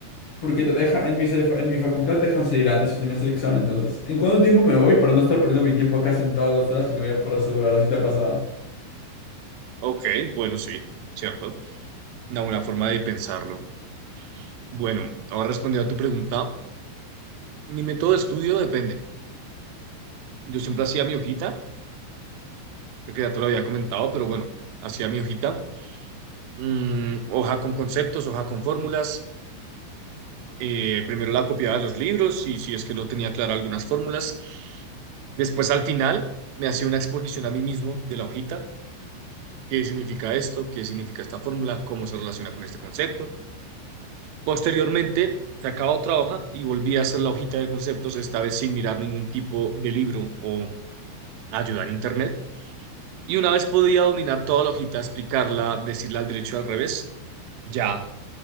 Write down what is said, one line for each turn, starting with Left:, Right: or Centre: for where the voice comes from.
Left: porque lo deja, en mi, se- en mi facultad te dejan salir antes si terminas el examen, entonces, ¿en cuánto tiempo me voy para no estar perdiendo mi tiempo acá sentado dos horas y no voy a poder resolver? No sé si te ha pasado.
Right: Ok, bueno, sí, cierto. Una buena forma de pensarlo. Bueno, ahora respondiendo a tu pregunta, mi método de estudio depende. Yo siempre hacía mi hojita. creo que ya te lo había comentado, pero bueno, hacía mi hojita, mm, hoja con conceptos, hoja con fórmulas, eh, primero la copiaba de los libros y si es que no tenía clara algunas fórmulas, después al final me hacía una exposición a mí mismo de la hojita, qué significa esto, qué significa esta fórmula, cómo se relaciona con este concepto. Posteriormente sacaba otra hoja y volvía a hacer la hojita de conceptos, esta vez sin mirar ningún tipo de libro o ayuda en internet Y una vez podía dominar toda la hojita, explicarla, decirla al derecho y al revés, ya,